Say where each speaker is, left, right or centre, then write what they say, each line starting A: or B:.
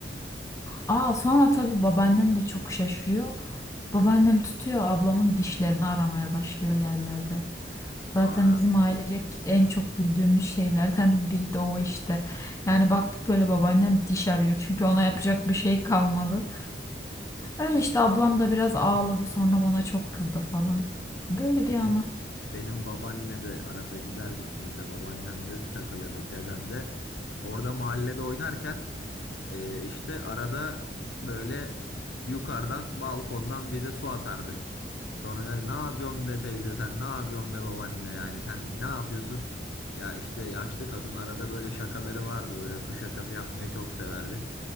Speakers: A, on the left; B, on the left.
A: Aa sonra tabii babaannem de çok şaşırıyor. Babaannem tutuyor ablamın dişlerini aramaya başlıyor yerlerde. Zaten
B: Aa,
A: bizim ailecek en çok güldüğümüz şeylerden biri de o işte. Yani baktık böyle babaannem diş arıyor çünkü ona yapacak bir şey kalmadı. Öyle işte ablam da biraz ağladı sonra bana çok kızdı falan. Böyle
B: benim
A: bir anı.
B: benim babaanne de arada giderdik biz de. Babaannem de takılırdık. Dedem de orada mahallede oynarken Ee, işte arada böyle yukarıdan balkondan bize su atardı. Sonra yani ne yapıyorsun be teyze sen ne yapıyorsun be babaanne yani sen ne yapıyorsun? Ya işte yaşlı kadın arada böyle şakaları vardı böyle su şakası yapmayı çok severdi.